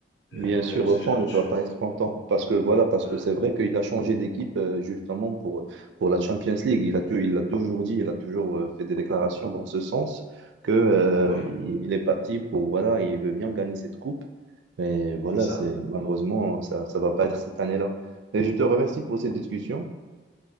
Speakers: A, on the right (about 80°); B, on the left (about 80°).
A: Bien
B: ouais,
A: sûr,
B: ou ce
A: au fond,
B: genre de
A: il
B: choses.
A: va pas être content parce que voilà, parce
B: Voilà,
A: que c'est vrai qu'il a changé d'équipe euh, justement pour pour la Champions League. Il a tu- il l'a toujours dit, il a toujours euh, fait des déclarations dans ce sens que euh,
B: ouais,
A: il il est parti pour voilà, il veut bien gagner cette coupe. Mais voilà,
B: c'est ça.
A: c'est malheureusement ça ça va pas être cette année-là. Et je te remercie pour cette discussion.